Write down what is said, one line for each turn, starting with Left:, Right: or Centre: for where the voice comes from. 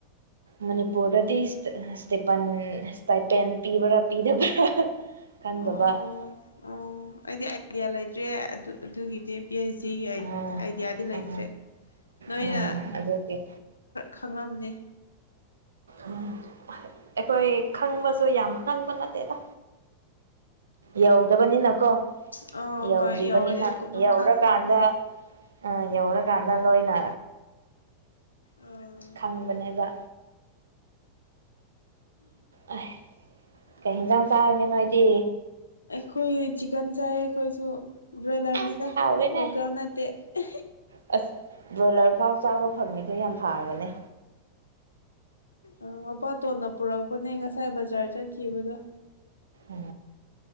Right: ꯃꯅꯤꯄꯨꯔꯗꯗꯤ ꯏꯁꯇꯄ ꯏꯁꯇꯄꯦꯟ ꯄꯤꯕ꯭ꯔꯥ ꯄꯤꯗꯕ꯭ꯔꯥ ꯈꯪꯗꯕ
Left: ꯑꯣ ꯑꯣ ꯑꯩꯗꯤ ꯑꯥꯏꯗꯤꯌꯥ ꯂꯩ ꯇ꯭ꯔꯦ ꯑꯗꯨ ꯑꯗꯨꯒꯤꯗꯤ ꯄꯤ ꯑꯩꯆ ꯖꯤꯒꯤ
Right: ꯎꯝ
Left: ꯑꯥꯏꯗꯤꯌꯥꯗꯤ ꯂꯩꯇ꯭ꯔꯦ
Right: ꯎꯝ
Left: ꯅꯣꯏꯅ
Right: ꯎꯝ ꯑꯗꯨꯒꯤ
Left: ꯈꯪꯉꯝꯅꯤ
Right: ꯎꯝ ꯑꯩꯈꯣꯏ ꯈꯪꯕꯁꯨ ꯌꯥꯝ ꯍꯪꯕ ꯅꯠꯇꯦꯗ ꯌꯧꯗꯕꯅꯤꯅꯀꯣ
Left: ꯑꯣ
Right: ꯌꯧꯗ꯭ꯔꯤꯕꯅꯤꯅ
Left: ꯍꯣꯏ ꯌꯧꯔꯗꯤ ꯑꯗꯨꯝ
Right: ꯌꯧꯔꯀꯥꯟꯗ
Left: ꯈꯪꯅꯤ ꯍꯣꯏ
Right: ꯑ ꯌꯦꯂ ꯀꯗꯅꯣꯏꯅ
Left: ꯑꯣ
Right: ꯈꯪꯕꯅꯦꯕ ꯑ ꯀꯩ ꯌꯦꯟꯁꯥꯡ ꯆꯥꯔꯒꯦ ꯅꯣꯏꯗꯤ
Left: ꯈꯣꯏ ꯆꯤꯛꯟ ꯆꯥꯏ ꯈꯣꯏꯁꯨꯣ ꯕ꯭ꯔꯣꯏꯂꯔꯅꯤꯗ
Right: ꯑꯁ ꯍꯥꯎꯋꯦꯅꯦ
Left: ꯂꯣꯀꯦꯜ ꯅꯠꯇꯦ ꯎ
Right: ꯑꯁ ꯕ꯭ꯔꯣꯏꯂꯔ ꯐꯥꯎ ꯆꯥꯕ ꯐꯪꯉꯤꯗꯣ ꯌꯥꯝ ꯐꯔꯕꯅꯦ
Left: ꯑ ꯃꯄꯥ ꯇꯣꯟꯅ ꯄꯨꯔꯛꯄꯅꯦ ꯉꯁꯥꯏ ꯕꯖꯥꯔ ꯆꯠꯈꯤꯕꯗꯣ
Right: ꯎ